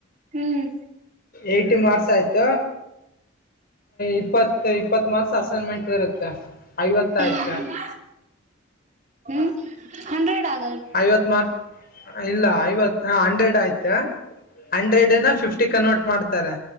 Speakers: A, on the right; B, on the left.
A: ಹ್ಮ್
B: ಏ್ಟ ಮಾರ್ಸ್ ಆಯ್ತು ಇಪ್ಪತ್ತು ಇಪ್ಪತ್ತು ಮಾರ್ಸ್ ಅಸೈನ್ಮೆಂಟ್ ಇರುತ್ತೆ ಐವತ್ತಾಯಕು
A: ಹ್ಮ್ ಹ್ಮ್ ಹಂಡ್ರೆಡ್ ಆಗ
B: ಐವತ್ ಮಾರ್ಕ್ ಇಲ್ಲ ಐವತ್ ಹಾ ಹಂಡ್ರೆಡ್ ಆಯ್ತಾ ಹಂಡ್ರೆಡ್ ಏನ ಫಿಫ್ಟಿ ಕನ್ವರ್ಟ್ ಮಾಡ್ತಾರೆ